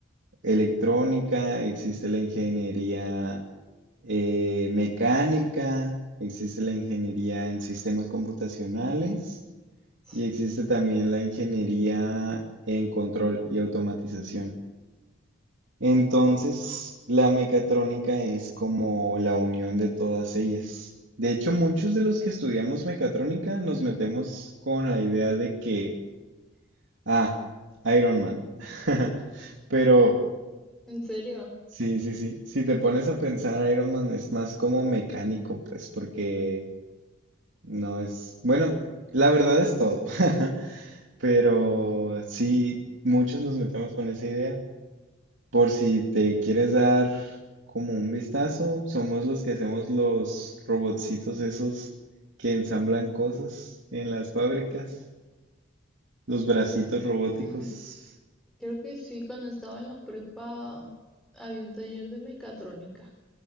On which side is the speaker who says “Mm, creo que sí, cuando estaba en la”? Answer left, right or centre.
Centre